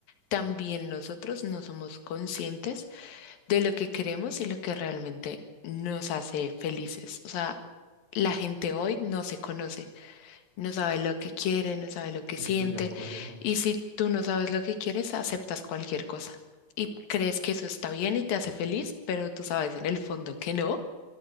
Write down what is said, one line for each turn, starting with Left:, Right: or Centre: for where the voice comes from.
Left: también nosotros no somos conscientes de lo que queremos y lo que realmente nos hace felices. O sea, la gente hoy no se conoce, no sabe lo que quiere, no sabe lo que
Right: estoy
Left: siente,
Right: de acuerdo.
Left: y si tú no sabes lo que quieres, aceptas cualquier cosa. Y crees que eso está bien y te hace feliz, pero tú sabes en el fondo que no